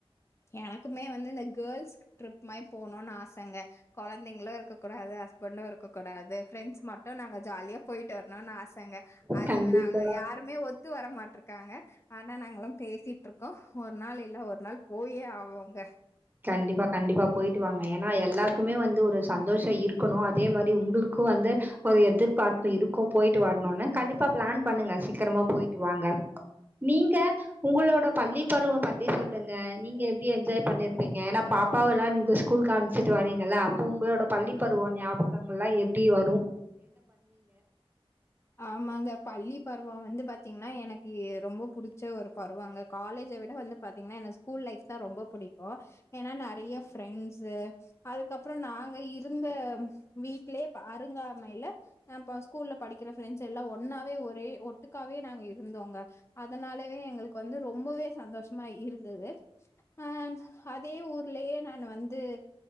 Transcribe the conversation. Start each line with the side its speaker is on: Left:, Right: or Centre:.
Left: எனக்குமே வந்து இந்த கேர்ள்ஸ் ட்ரிப் மாதிரி போகணும்ன்னனு ஆசைங்க குழந்தைங்களும் இருக்க கூடாது ண்டு இருக்க கூடாது பிரன்ட்ஸ் மட்டும் நாங்க ஜாலியா போயிட்டு வரணும்னு ஆசைங்க அது
Right: கண்டிப்பா
Left: நாங்க யாருமே ஒத்து வர மாட்ட இருக்காங்க ஆனா நாங்களும் பேசிட்டு இருக்கோம் ஒரு நாள் இல்ல ஒரு நாள் போயே ஆவோங்க
Right: கண்டிப்பா கண்டிப்பா போயிட்டு வாாங்க ஏன்னா எல்லாருக்குமே வந்து ஒரு சந்தோஷம் இருக்கணும் அதே மாதிரி உங்களுக்கும் வந்து ஒரு எதிர்பார்ப்பு இருக்கும் போயிட்டு வரணும்னு கண்டிப்பா பிளான் பண்ணுங்க சீக்கிரமா போயிட்டு வாங்க நீங்க உங்களோட பள்ளி பருவம் பத்தி சொல்லுங்க நீங்க எப்படி என்ஜாய் பண்ணிரு அப்பங்க ஏன்னா பாப்பாவ எல்லாம் நீங்க ஸ்கூல்க்கு காமிச்சுட்டு வரீங்க அப்போ உங்களோட பள்ளி பருவம் ஞாபகங்கள் எல்லாம் எப்படி வரும்
Left: ஆமாங்க பள்ளி பருவம் வந்து பாத்தீங்கன்னா எனக்கு ரொம்ப புடி செ ஒரு பருவாங்க காலேஜை விட வந்து பாார்த்தீங்கன்னா எனக்கு ஸ்கூல் லைஃப் தான் ரொம்ப பிடிக்கும் ஏன்னா நிறைய ஃப்ரெண்ட்ஸு அதுக்கப்புறம் நாங்க இருந்த வீட்டிலயே அருங்காமையையில ஹ இப்ப ஸ்கூல்ல படிக்கிற ஃப்ரெண்ட்ஸ் எல்லாம் ஒன்னாவே ஒரே ஒட்டுக்காவே நாங்க இருந்தோங்க அதனாலவே எங்கள் வந்து ரொம்பவே சந்தோஷமா இருந்தது ஹ அதே ஊர்லேயே நான் வந்து